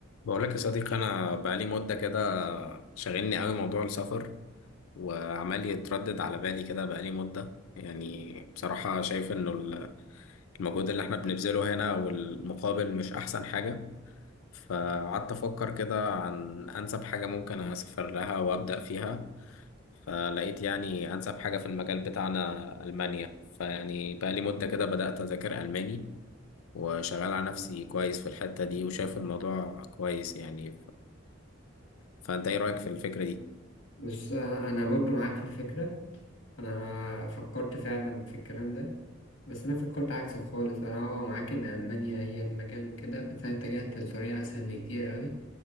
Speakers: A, on the left (about 85°); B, on the left (about 60°).
A: بقول لك يا صديقي انا بقالي مده كده شاغلني قوي موضوع السفر وعمال يتردد على بالي كده بقالي مده يعني بصراحه شايف انه ال- المجهود اللي احنا بنبذله هنا والمقابل مش احسن حاجه فقعدت افكر كده عن انسب حاجه ممكن اسافر لها وابدا فيها فلقيت يعني انسب حاجه في المجال بتاعنا المانيا فيعني بقالي مده كده بدات اذاكر الماني وشغال على نفسي كويس في الحتة دي وشايف الموضوع كويس يعني فانت ايه رايك في الفكره دي
B: بص انا أنا برضو معاك في الفكره انا فكرت فعلا في الكلام ده بس انا فكرت عكسك خالص انا اه معاك ان المانيا هي المجال وكده بس انا اتجهت لطريقه اسهل بكتير قوي